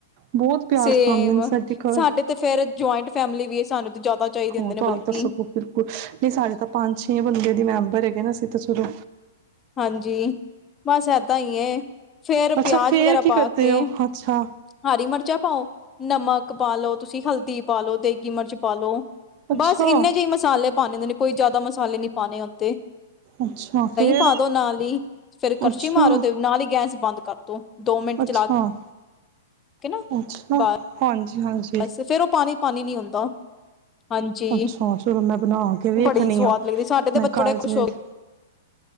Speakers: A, on the right; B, on the left.
A: ਬਹੁਤ ਪਿਆਜ
B: ਸੇਮ
A: ਖਾਂਦੇ ਨੇ ਘਰ
B: ਸਾਡੇ ਤੇ ਫੇਰ ਜੁਆਇੰਟ ਫੈਮਿਲੀ ਵੀ ਹੈ, ਸਾਨੂੰ ਤੇ ਚਾਹੀਦੇ
A: ਹੁਣ
B: ਹੁੰਦੇ ਨੇ
A: ਤੁਹਾਨੂੰ
B: ਬਲਕਿ
A: ਤਾਂ ਸਗੋਂ ਬਿਲਕੁਲ, ਨਹੀਂ ਸਾਡੇ ਤਾਂ ਪੰਜ ਛੇ ਬੰਦੇਿਆਂ ਦੀ ਮੈਂ ਭਰੇ ਗਏ ਨਾ ਸੀ ਤਾਂ, ਸੁਰੂ
B: ਹਾਂਜੀ, ਬਸ ਏਦਾਂ ਹੀ ਐ, ਫੇਰ
A: ਅੱਛਾ
B: ਪਿਆਜ
A: ਫੇਰ
B: ਵਗੈਰਾ ਪਾ
A: ਕੀ ਕਰਦੇ
B: ਕੇ
A: ਹੋ
B: ਹਰੀ
A: ਅੱਛਾ
B: ਮਿਰਚ ਵਿੱਚ ਪਾਉ ਨਮਕ ਪਾ ਲਉ, ਤੁਸੀਂ ਹਲਦੀ ਪਾ ਲਉ, ਦੇਗੀ ਮਿਰਚ ਪਾਾਲ ਲੋ।
A: ਅੱਛਾ
B: ਬਸ ਇੰਨੇ ਜਿਹੀ ਮਸਾਲੇ ਪਾਉਂਦੇ ਨੇ ਕੋਈ ਜ਼ਿਆਦਾ ਮਸਾਲੇ ਮਸਾਲੇ ਨੀ ਪਾਣੇ ਉੱਤੇ।
A: ਅੱਛਾ ਫੇਰ,
B: ਪਾ ਦੋ ਨਾਲ ਹੀ, ਫੇਿਰ ਕਰਛੀ
A: ਅੱਛਾ
B: ਮਾਰੋ ਤੇ ਨਾਲ ਹੀ ਗੈਸ ਬੰਦ ਕਰਦੋ, ਦੋ ਮਿੰਟ
A: ਅੱਛਾ
B: ਚਲਾ ਕੇ ਨਾ
A: ਅੱਛਾ
B: ਬਸ।
A: ਹਾਂਜੀ ਹਾਂਜੀ
B: ਬਸ ਫੇਰ ਉਹ ਪਾਣੀ ਪਾਣੀ ਨੀ ਹੁੰਦਾ। ਹਾਂਜੀ
A: ਅੱਛਾ ਚਲੋ ਮੈਂ ਬਣਾ ਕੇ ਵੀ
B: ਬੜੀ
A: ਰਖਣੀ
B: ਸਵਾਦ
A: ਆਂ
B: ਲੱਗਦੀ ਸਾਡੇ ਤੇ
A: ਮੈਂ
B: ਬੱਚੇ
A: ਕਾਲਜ
B: ਬੜੇ ਖੁਸ਼
A: ਵਿੱਚ।
B: ਹੋ ਕੇ,